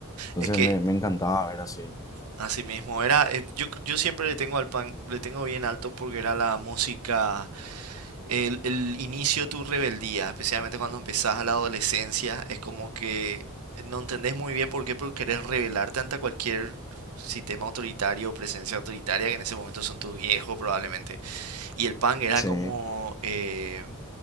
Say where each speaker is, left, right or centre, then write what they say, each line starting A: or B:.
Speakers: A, on the left; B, on the right.
A: Entonces
B: Es que
A: me, me encantaba ver así.
B: así mismo era, eh, yo, yo siempre le tengo al pan, le tengo bien alto porque era la música, el, el inicio de tu rebeldía, especialmente cuando empezás a la adolescencia, es como que no entendés muy bien por qué, pero querés rebelarte ante cualquier sistema autoritario o presencia autoritaria que en ese momento son tus viejos probablemente. Y el punk era
A: Sí,
B: como eh,